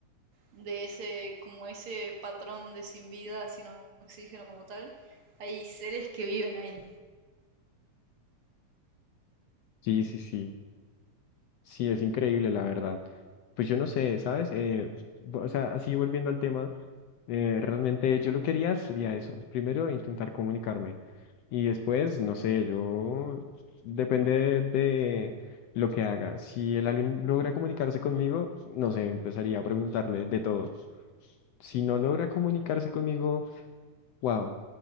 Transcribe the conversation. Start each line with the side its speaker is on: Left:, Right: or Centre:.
Right: de ese, como ese patrón de sin vida, sin oxígeno como tal, hay seres que viven ahí.
Left: sí, sí, sí. Sí, es increíble, la verdad. Pues yo no sé, ¿sabes? Eh, o sea, así volviendo al tema, eh, realmente yo lo que haría sería eso. Primero, intentar comunicarme. Y después, no sé, yo... Depende de lo que haga. Si el alien logra comunicarse conmigo, no sé, empezaría a preguntarle de todo. Si no logra comunicarse conmigo, wow,